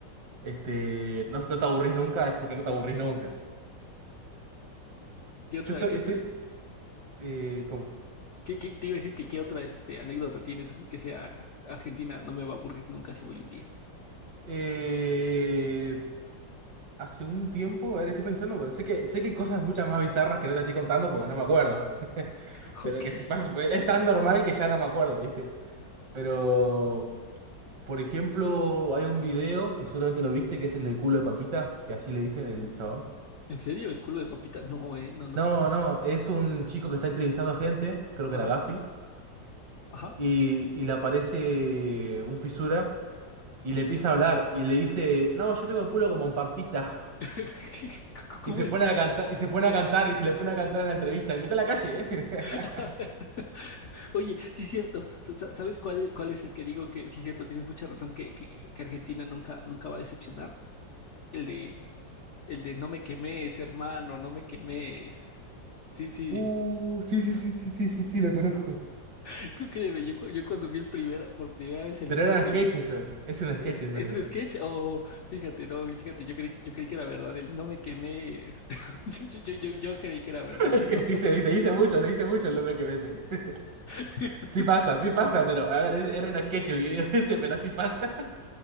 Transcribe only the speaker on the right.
este, no, no te aburrís nunca, es porque no te aburrís nunca.
Yo estoy,
estoy,
Eh, ¿cómo?
Eh, hace un tiempo, ahora estoy pensando, porque sé que, sé que hay cosas muchas más bizarras que no te estoy contando porque no me acuerdo. <laughs>
Pero
que si pasa, pues, es tan normal que ya no me acuerdo, ¿viste? Pero, por ejemplo, hay un video que seguramente lo viste, que es el del culo de Pampita, que así le dicen el chabón.
No,
no, es un chico que está entrevistando gente, creo
que era Gaspi,
y, y le aparece un fisura y le empieza a hablar y le dice, no, yo tengo el culo como un Pampita.
Y se
pone a cantar, y se pone a cantar, y se le pone a cantar en la entrevista, en mitad de la calle, ¿eh?
<laughs>
Uh, sí, sí, sí, sí, sí, sí, sí, lo conozco.
Pero
era
un sketch eso. Es un sketch
eso,
creo.
<laughs> Es
que sí se dice, dice mucho, se dice mucho el nombre que ves, ¿eh?
<laughs> Sí pasa, sí pasa, pero a ver, es- era un sketch el video <laughs> ese, pero sí pasa.